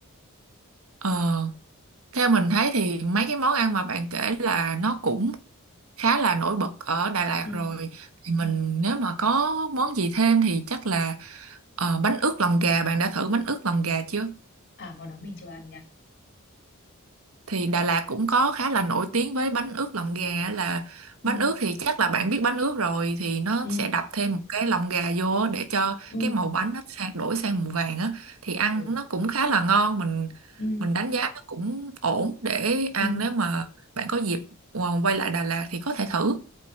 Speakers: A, on the right; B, on the left.
A: ờ, theo mình thấy thì mấy cái món ăn mà bạn kể là nó cũng khá là nổi bật ở Đà Lạt
B: ừ
A: rồi thì mình
B: ừ
A: nếu mà có món gì thêm thì chắc là ờ, bánh ướt lòng gà bạn đã thử bánh ướt lòng gà chưa
B: à món đó mình chưa ăn nha
A: thì Đà Lạt cũng có khá là nổi tiếng với bánh ướt lòng gà á, là
B: ừ
A: bánh ướt thì chắc là bạn biết bánh ướt rồi thì nó
B: ừ
A: sẽ đập thêm một cái lòng gà vô á để cho
B: ừ
A: cái màu bánh nó sang đổi sang màu vàng á thì ăn
B: ừ
A: nó cũng khá là ngon mình
B: ừ
A: mình đánh giá nó cũng ổn để ăn
B: ừ.
A: nếu mà bạn có dịp ờ, quay lại Đà Lạt thì có thể thử